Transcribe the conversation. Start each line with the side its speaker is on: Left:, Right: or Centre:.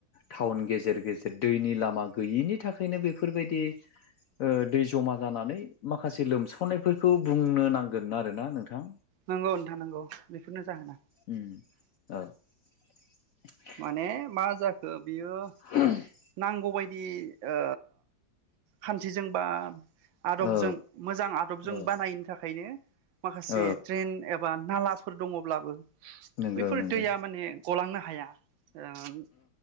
Left: टाउन गेजेर गेजेर दैनि लामा गैयिनि थाखायनो बेफोरबायदि दै जमा जानानै माखासे लोमसावनायफोरखौ बुंनो नांगोन आरोना नोंथां।
Right: नोंगौ नोंथां नोंगौ बेफोरनो जाहोना
Left: उम औ <unintelligible>
Right: माने मा जाखो बियो
Left: <unintelligible>
Right: नांगौबायदि ओ खान्थिजोंबा आदबजों
Left: औ
Right: मोजां आदबजों
Left: औ
Right: बानायनो थाखायनो माखासे
Left: औ
Right: ड्रेन एबा नालाफोर दङब्लाबो
Left: नंगौ
Right: बैफोर
Left: नंगौ
Right: दैया माने गलांनो हाया ओ